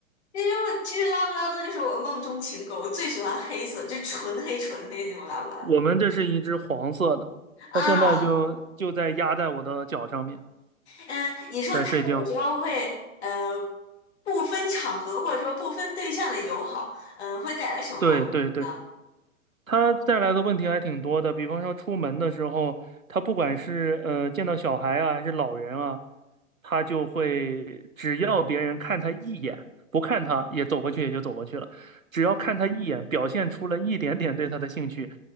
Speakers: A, on the left; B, on the right.
A: 因为其实拉布拉多就是我梦中情狗，我最喜欢黑色，就纯黑纯黑的那种拉布拉多
B: <laughs> 我们这是一只黄色的，
A: 啊。
B: 它现在就就在压在我的脚上面，
A: 嗯，你说它有时候会呃
B: 在睡觉。
A: 不分场合或者说不分对象的友好，嗯、会带来什么问题呢？
B: 对对对。他带来的问题还挺多的，比方说出门的时候，他不管是呃见到小孩啊，还是老人啊，他就会只要别人看他一眼，不看他也走过去也就走过去了，只要看他一眼，表现出了一点点对他的兴趣，